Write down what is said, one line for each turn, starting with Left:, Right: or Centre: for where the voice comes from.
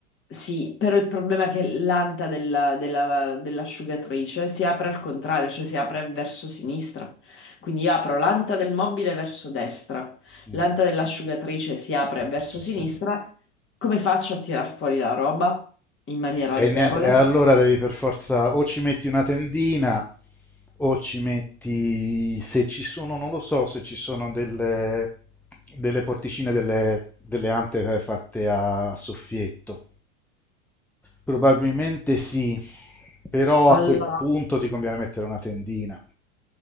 Left: sì, però il problema è che l'anta della- della- dell'asciugatrice si apre al contrario, cioè si apre verso sinistra. Quindi io apro l'anta del mobile verso destra,
Centre: Mm.
Left: l'anta dell'asciugatrice si apre verso
Centre: Sì,
Left: sinistra.
Centre: sì.
Left: Come faccio a tirar fuori la roba in maniera
Centre: E
Left: agevole?
Centre: niente, e allora devi per forza o ci metti una tendina o ci metti, se ci sono, non lo so, se ci sono delle, delle porticine, delle, delle ante fatte a soffietto. Probabilmente sì, però
Left: Allora,
Centre: a quel punto ti conviene mettere una tendina.